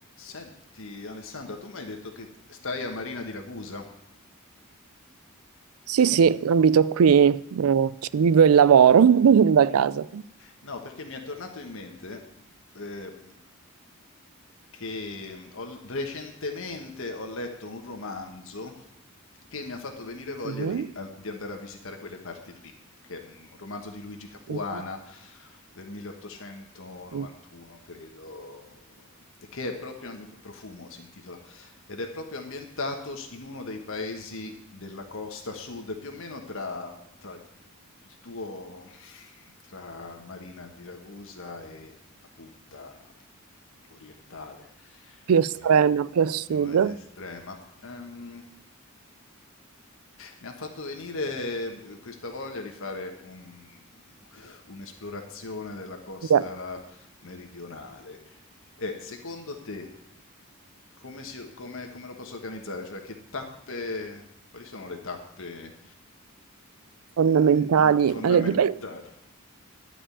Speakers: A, on the left; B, on the right.
A: Senti, Alessandra, tu mi hai detto che stai a Marina di Ragusa?
B: Sì, sì, abito qui, eh, ci vivo e lavoro <laughs> da casa.
A: No, perché mi è tornato in mente eh, che ho- recentemente ho letto un romanzo che mi ha fatto venire voglia
B: Mhm,
A: di, di andare a visitare quelle parti lì, che è un romanzo di Luigi Capuana
B: mhm,
A: del 1891,
B: mhm.
A: credo, che è proprio ambi- Profumo si intitola, ed è proprio ambientato in uno dei paesi della costa sud, più o meno tra tra il tuo tra Marina di Ragusa e la punta orientale
B: Più estrema,
A: eh,
B: più a sud,
A: più estrema. Ehm, mi ha fatto venire eh, questa voglia di fare un- un'esplorazione della costa
B: Beh,
A: meridionale. Eh, secondo te, come, si- come- come lo posso organizzare? Cioè, che tappe, quali sono le tappe
B: fondamentali.
A: eh, in- fondamentali?
B: Allora, dipende,